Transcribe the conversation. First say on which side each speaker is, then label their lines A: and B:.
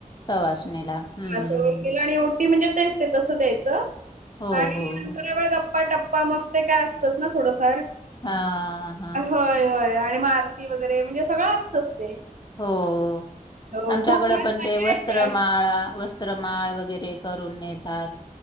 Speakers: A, on the left; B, on the right.
A: सवासणीला. हं.
B: <unintelligible> आणि ओटी म्हणजे तेच ते तसं द्यायचं
A: हो,
B: आणि
A: हो.
B: नंतर जरा वेळ गप्पा. टप्पा मग ते काय असतंच ना थोडंफार.
A: हा हा.
B: होय, होय आणि मग आरती वगैरे म्हणजे सगळं असतंच.
A: हो.
B: हो
A: आमच्याकडं
B: खूप छान
A: पण
B: मज्जा
A: ते वस्त्रमाळा
B: येते आणि.
A: वस्त्रमाळ वगैरे करून नेतात.